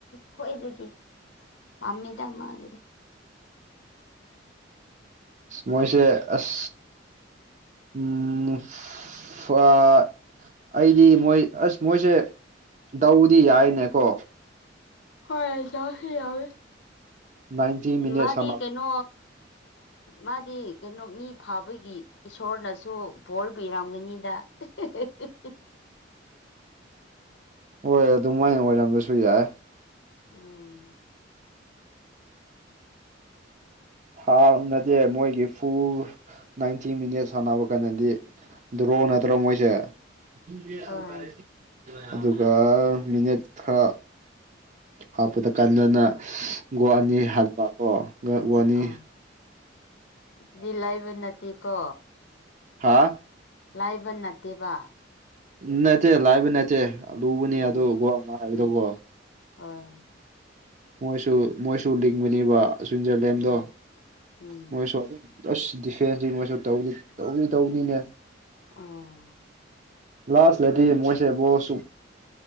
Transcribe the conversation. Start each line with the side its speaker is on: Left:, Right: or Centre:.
Left: ꯈꯣꯏꯗꯒꯤ ꯄꯥꯝꯃꯦꯗ ꯃꯥꯒꯤꯗꯤ
Right: ꯃꯣꯏꯁꯦ ꯑꯁ ꯎꯝ ꯑꯥ ꯑꯩꯗꯤ ꯃꯣꯏ ꯑꯁ ꯃꯣꯏꯁꯦ ꯗꯧꯗꯤ ꯌꯥꯏꯅꯦꯀꯣ
Left: ꯍꯣꯏ ꯗꯧꯗꯤ ꯌꯥꯢꯌꯦ
Right: ꯅꯥꯏꯟꯇꯤ ꯃꯤꯅꯠ
Left: ꯃꯥꯗꯤ
Right: ꯁꯥꯟꯅꯕ
Left: ꯀꯩꯅꯣ ꯃꯥꯗꯤ ꯀꯩꯅꯣ ꯃꯤ ꯐꯥꯕꯒꯤ ꯏꯁꯣꯔꯅꯁꯨ ꯚꯣꯔ ꯄꯤꯔꯝꯒꯅꯤꯗ <unintelligible>
Right: ꯍꯣꯏ ꯑꯗꯨꯃꯥꯏꯅ ꯑꯣꯏꯔꯝꯕꯁꯨ ꯌꯥꯏ
Left: ꯎꯝ
Right: ꯍꯥꯐ ꯅꯇꯦ ꯃꯣꯏꯒꯤ ꯐꯨꯜ ꯅꯥꯏꯟꯇꯤ ꯃꯤꯅꯠꯁ ꯁꯥꯟꯅꯕ ꯀꯥꯟꯗꯗꯤ ꯗ꯭ꯔꯣ ꯅꯠꯇ꯭ꯔꯣ ꯃꯣꯏꯁꯦ <unintelligible>
Left: ꯍꯣꯏ
Right: ꯑꯗꯨꯒ ꯃꯤꯅꯤꯠ ꯈꯔꯥ ꯍꯥꯞꯄꯗ ꯀꯥꯟꯗꯅ ꯒꯣꯜ
Left: ꯎꯝ
Right: ꯑꯅꯤ ꯍꯥꯠꯄꯀꯣ <unintelligible>
Left: ꯑꯥ ꯑꯗꯨꯗꯤ ꯂꯥꯢꯕ ꯅꯠꯇꯦꯀꯣ
Right: ꯍꯥꯥ
Left: ꯂꯥꯏꯕ ꯅꯠꯇꯦꯕ
Right: ꯅꯠꯇꯦ ꯂꯥꯏꯕ ꯅꯠꯇꯦ ꯂꯨꯕꯅꯦ
Left: ꯎꯝ
Right: ꯑꯗꯨ ꯒꯣꯜ ꯑꯃ ꯍꯥꯏꯕꯗꯀꯣ
Left: ꯎꯝ ꯍꯣꯏ
Right: ꯃꯣꯏꯁꯨ ꯃꯣꯏꯁꯨ ꯂꯤꯡꯕꯅꯦꯕ ꯁ꯭ꯋꯤꯠꯖꯔꯂꯦꯟꯗꯣ
Left: ꯎꯝ ꯎꯝ
Right: ꯃꯣꯏꯁꯨ ꯑꯗꯨꯝ ꯑꯁ ꯗꯤꯐꯦꯟꯁꯇꯤ ꯃꯣꯢꯁꯨ ꯇꯧꯗꯦ ꯇꯧꯗꯤ ꯇꯧꯕꯅꯤꯅꯦ
Left: ꯑꯣ
Right: ꯂꯥꯁ ꯂꯗꯤ ꯃꯣꯏꯁꯦ ꯕꯣꯜ ꯁꯨ